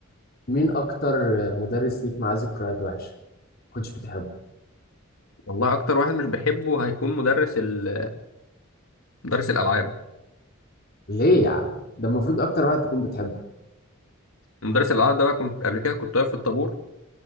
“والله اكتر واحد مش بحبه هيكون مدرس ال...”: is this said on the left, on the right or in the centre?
Left